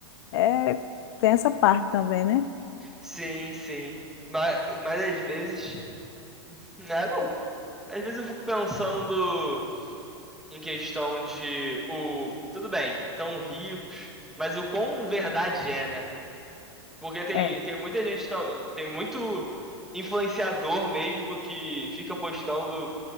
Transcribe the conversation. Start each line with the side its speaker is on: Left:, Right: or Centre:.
Left: é, tem essa parte também, né?
Centre: Sim, sim. Mas, mas às vezes. Ah, não. Às vezes eu fico pensando em questão de o. Tudo bem, tão ricos, mas o quão verdade é, né? Porque tem,
Left: É,
Centre: tem muita gente, tal- tem muito influenciador mesmo que fica postando,